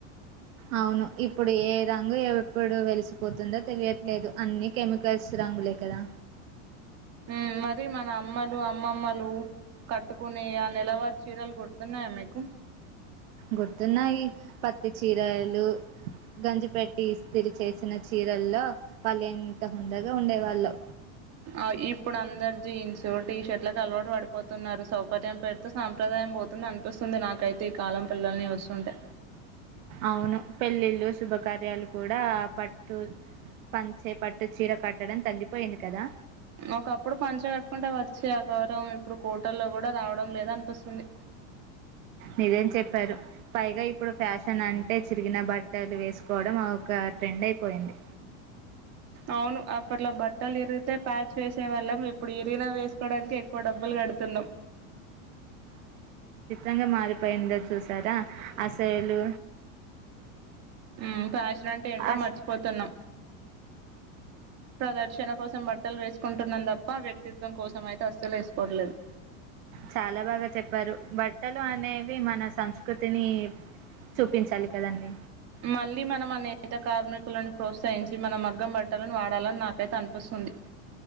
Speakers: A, on the right (about 80°); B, on the right (about 40°).
A: అవును ఇప్పుడు ఏ రంగు ఎప్పుడు వెలిసిపోతుందో తెలియట్లేదు అన్నీ కెమికల్స్ రంగులే కదా
B: హ్మం మరి మన అమ్మలు అమ్మమ్మలు కట్టుకుని ఆ నెలవారి చీరలు గుర్తున్నాయా మీకు
A: గుర్తున్నాయి పత్తి చీరలు గంజిపట్టి ఇస్త్రీ చేసిన చీరల్లో వాళ్ళు ఎంత హుందగా ఉండేవాల్లో
B: ఆ ఇప్పుడు అందరు జీన్స్ టీ షర్ట్లకు అలవాటు పడిపోతున్నారు సౌకర్యం పెడితే సాంప్రదాయం పోతుంది అనిపిస్తుంది నాకైతే ఈ కాలం పిల్లల్ని చూస్తుంటే
A: అవును పెళ్ళిళ్ళు శుభకార్యాలు కూడా పట్టు పంచే పట్టు చీర కట్టడం తగ్గిపోయింది కదా
B: ఒకప్పుడు పంచ కట్టుకుంటే వచ్చి ఆ గౌరవం ఇప్పుడు కోటల్లో కూడా రావడం లేద అనిపిస్తుంది
A: నిజం చెప్పారు పైగా ఇప్పుడు ఫ్యాషన్ అంటే ఇరిగిన బట్టలు వేసుకోవడం ఒక ట్రెండ్ అయిపోయింది
B: అవును అప్పట్లో బట్టలు ఇరిగితే ప్యాచ్ వేసేవాళ్ళం ఇప్పుడు ఇరిగినా వేసుకోవడానికి కుడప్పల్ కడుతున్నా
A: ంగా మారిపోయిందో చూసారా అసలు
B: హుమ్ ఫ్యాషన్ అంటే ఏంటో
A: అస్
B: మర్చిపోతున్నాం ప్రదర్క్షణ కోసం బట్టలు వేసుకుంటున్నాం తప్ప వ్యక్తిత్వం కోసం అయితే అసలు వేసుకోవట్లేదు
A: చాలా బాగా చెప్పారు బట్టలు అనేవి మన సంస్కృతిని చూపించాలి కదండి
B: మళ్ళీ మనం అ నేతా కార్మికులను ప్రోత్సహించి మన మగ్గం బట్టలను వాడాలని నాకైతే అనిపిస్తుంది